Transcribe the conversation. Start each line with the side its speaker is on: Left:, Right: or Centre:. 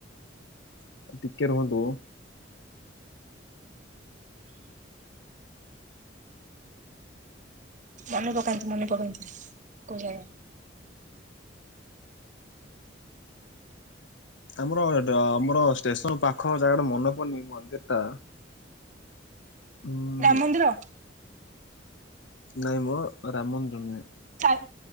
Left: ଟିକେ ରହନ୍ତୁ।
Right: ମନେ ପକାନ୍ତୁ ମନେ ପକାନ୍ତୁ କୋଉ ଜାଗା?
Left: ଆମର ର ଆମର ଷ୍ଟେସନ ପାଖ ଜାଗା ଟା ମନେ ପଡୁନି ମନ୍ଦିର ଟା ଉଁ
Right: ଦାମ ମନ୍ଦିର?
Left: ନାଇଁ ମୋ ରାମ ମନ୍ଦିର ନୁହେଁ।
Right: ସାଇ